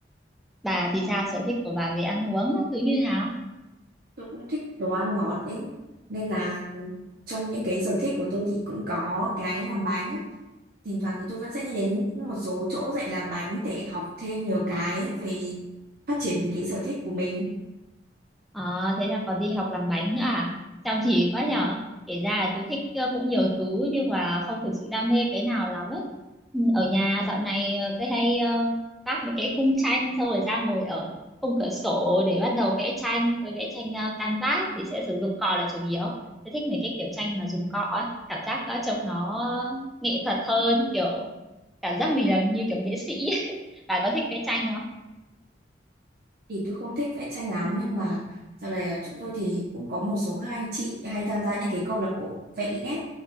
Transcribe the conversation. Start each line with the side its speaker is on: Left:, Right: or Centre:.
Centre: Bà thì sao sở thích của bà về ăn uống á, thứ như nào?
Right: Tôi cũng thích đồ ăn ngọt ấy nên là trong những cái sở thích của tôi thì cũng có cái làm bánh thỉnh thoảng thì tôi vẫn sẽ đi đến một số chỗ dạy làm bánh để học thêm nhiều cái về phát triển cái sở thích của mình
Centre: À, thế là còn đi học làm bánh nữa à? Chăm chỉ quá nhở. Kể ra là tôi thích ờ, cũng nhiều thứ nhưng mà không thực sự đam mê cái nào lắm ấy. Ừ, Ở nhà dạo này ờ, tôi hay ờ, vác mấy cái khung tranh xong rồi ra ngồi ở khung cửa sổ để bắt đầu vẽ tranh. Tôi vẽ tranh ờ, canvas thì sẽ sử dụng cọ là chủ yếu. Tôi thích mấy cái kiểu tranh mà dùng cọ ấy. Cảm giác ờ, trông nó nghệ thuật hơn kiểu cảm giác mình là như kiểu nghệ sĩ ấy. <laughs> Bà có thích vẽ tranh không?
Right: thì tôi không thích vẽ tranh lắm nhưng mà sau này ở chỗ tôi thì cũng có một số các anh chị hay tham gia những cái câu lạc bộ vẽ IS